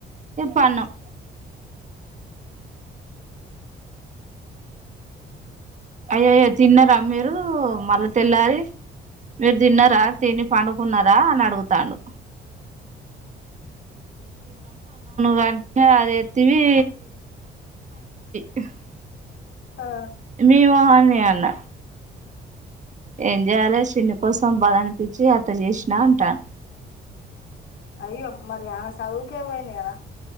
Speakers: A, on the right (about 40°); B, on the left (about 75°).
A: పన్నాం అయ్యో అయ్యో తిన్నారా మీరు మళ్ళీ తెల్లారి మీరు తిన్నారా తిని పండుకున్నారా అని అడుగుతాండు వెంటనే అది ఎతివి <unintelligible>
B: ఆ
A: మేము హనే ఎ అన్న ఏం చేయాలే చిన్ని కోసం బాధ అనిపించి అట్ట చేసినా అంటా
B: అయ్యో మరి ఆమె సదువు కె పోయింది కాదా